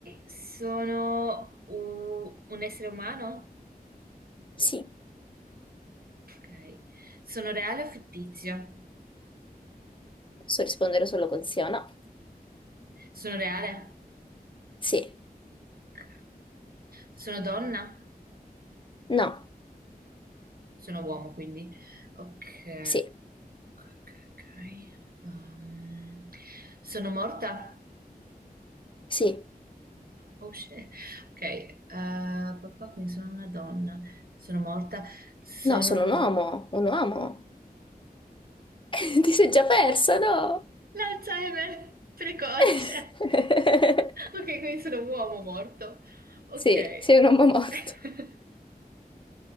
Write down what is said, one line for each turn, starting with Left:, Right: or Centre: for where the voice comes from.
Right: sono u- un essere umano?
Left: Sì,
Right: Ok. Sono reale o fittizio?
Left: posso rispondere solo con sì o no.
Right: Sono reale?
Left: Sì,
Right: Ok. Sono donna?
Left: no,
Right: Sono uomo, quindi. Ok.
Left: sì,
Right: Ok, ok, ok. Um, sono morta?
Left: sì.
Right: Oh, shit. Ok, eh, papà, quindi sono una donna, sono morta, sono
Left: No, sono un uomo, un uomo. <laughs> Ti sei già persa, no?
Right: l'Alzheimer precoce.
Left: <laughs>
Right: Ok, quindi sono un uomo morto. Ok.
Left: Sì, sei un uomo morto.
Right: <laughs>